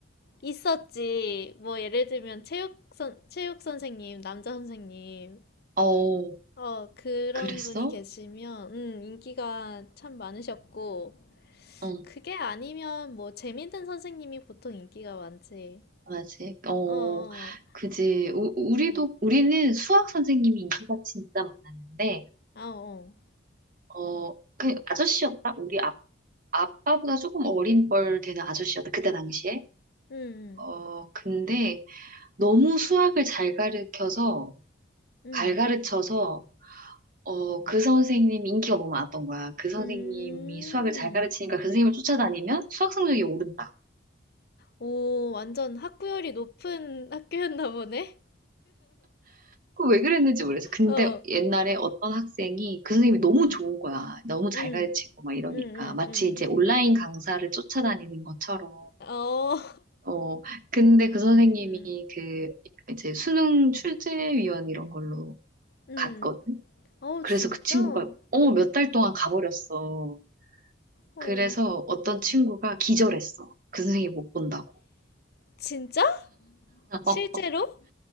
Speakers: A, on the left; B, on the right.
A: 있었지. 뭐, 예를 들면, 체육 선, 체육 선생님, 남자 선생님.
B: 어,
A: 어, 그런
B: 그랬어?
A: 분이 계시면, 음, 인기가 참 많으셨고,
B: 어,
A: 그게 아니면, 뭐, 재밌는 선생님이 보통 인기가 많지.
B: 맞지. 어,
A: 어, 어,
B: 그지. 우, 우리도
A: 음,
B: 우리는 수학 선생님이 인기가 진짜 많았는데,
A: 아, 어,
B: 어, 그 아저씨였다. 우리 아, 아빠보다 조금 어린 뻘 되는 아저씨였다. 그때 당시에.
A: 음,
B: 어, 근데 너무 수학을 잘 가르쳐서
A: 음,
B: 잘 가르쳐서 어, 그 선생님이 인기가 너무 많았던 거야. 그 선생님이
A: 음. 음.
B: 수학을 잘 가르치니까 그 선생님을 쫓아다니면 수학 성적이 오른다.
A: 오, 완전 학구열이 높은 <laughs> 학교였나 보네?
B: 그 왜 그랬는지 모르겠어. 근데
A: 어,
B: 옛날에 어떤 학생이 그 선생님이 너무
A: 음,
B: 좋은 거야. 너무 잘
A: 음,
B: 가르치고 막 이러니까.
A: 음, 음,
B: 마치
A: 음.
B: 이제 온라인 강사를 쫓아다니는 것처럼.
A: 어,
B: 어, 근데 그 선생님이
A: 음,
B: 그 이제 수능 출제위원 이런 걸로
A: 음.
B: 갔거든.
A: 어,
B: 그래서
A: 진짜?
B: 그 친구가
A: 어,
B: 어, 몇 달 동안 가버렸어.
A: 어.
B: 그래서 어떤 친구가 기절했어. 그 선생님 못 본다고.
A: 진짜?
B: <laughs>
A: 실제로?